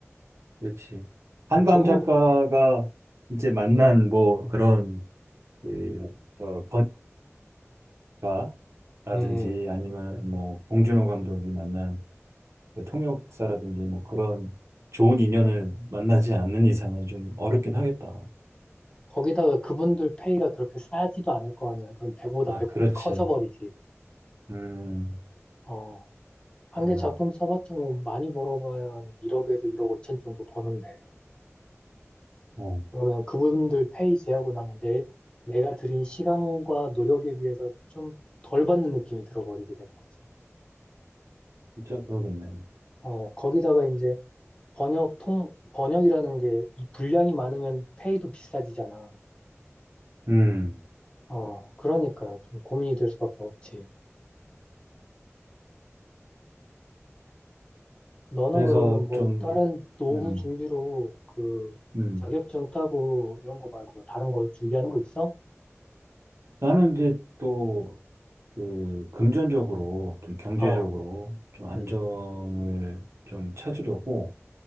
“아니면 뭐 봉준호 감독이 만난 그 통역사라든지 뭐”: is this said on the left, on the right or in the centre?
Right